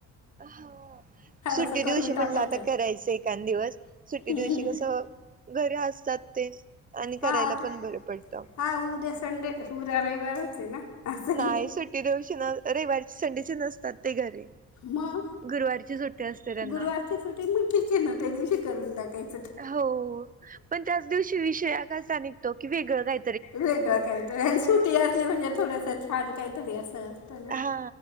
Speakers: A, on the right; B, on the left.
A: हा सुट्टी
B: असं करून
A: दिवशी
B: टाकायचं
A: म्हटलं आता करायचं एकांद दिवस सुट्टी
B: हम्म.
A: दिवशी कसं घरी असतात तेच आणि
B: हा
A: करायला
B: आता
A: पण बरं पडत
B: हा उद्या संडे असं उद्या रविवारच आहे ना असंही
A: नाही सुट्टी देऊशी नाय रविवाारी संडेचे नसतात ते घरी
B: मग
A: गुरुवारची सुट्टी असते त्यांना.
B: गुरुवारची सुटी मग ठीक आहे ना त्यादिवशी करून टाकायची
A: हो पण त्याच दिवशी विषया हा कसा निघतो की वेगळं काय
B: वेगळं काहीतरी आणि सुटी असली म्हणजे थोडस छान काही तरी असं असतं ना.
A: हा